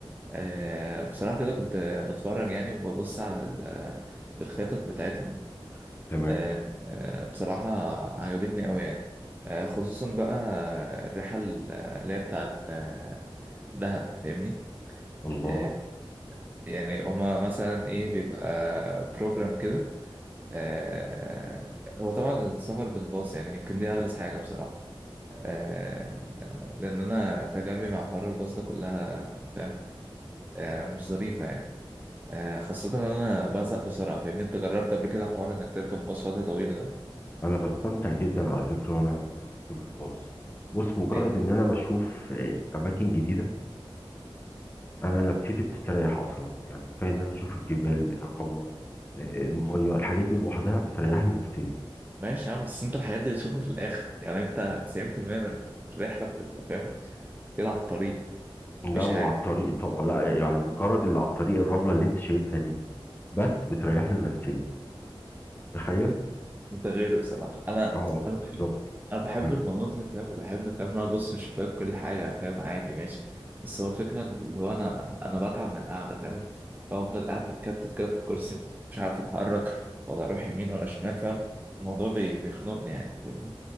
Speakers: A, on the right; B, on the left.
A: آه، بصراحة كده كنت بتفرج يعني وببص على ال- الخطط بتاعتهم
B: تمام
A: آه، آه، بصراحة عجبتني أوي يعني آه، خصوصا بقى الرحلة اللي هي بتاعت آه، دهب فاهمني
B: الله
A: آه، يعني هما مثلا إيه بيبقى بروجرام كده آه، هو طبعا السفر بالباص يعني يمكن دي أغلى حاجة بصراحة آه، لأن أنا تجاربي مع حوار الباص ده كلها فاهم آه، مش ظريفة يعني آه، خاصة إن أنا بزهق بسرعة فاهمني أنت جربت قبل كده حوار إنك تركب باص وقت طويل ده؟
B: انا بستمتع جدا على فكره وانا وانا راكب الباص بص مجرد
A: ليه يعني؟
B: ان انا بشوف آه، اماكن جديده انا نفسيتي بتستريح اصلا يعني كفايه ان انا اشوف الجبال الرمله آه، الميه الحاجات دي لوحدها بتريحني نفسيا
A: ماشي يا عم بس أنت الحاجات دي بتشوفها في الآخر يعني أنت 90% من الرحلة بتبقى فاهم كده على الطريق
B: لا
A: مفيش
B: وعلى
A: حاجة
B: الطريق طبعا لا يعني مجرد اللي على الطريق الرمله اللي انت شايفها دي بس بتريحني نفسيا تخيل
A: أنت غيري بصراحة أنا
B: اه
A: أنا
B: بالظبط
A: بحب أنا بحب
B: مم.
A: المناظر فاهم وبحب فاهم إن أنا أبص من الشباك كل حاجة فاهم عادي ماشي بس هو الفكرة اللي هو أنا أنا بتعب من القعدة فاهم بفضل قاعد متكتف كده في الكرسي مش عارف أتحرك ولا أروح يمين ولا شمال فاهم الموضوع بي- بيخنقني يعني فاهمني؟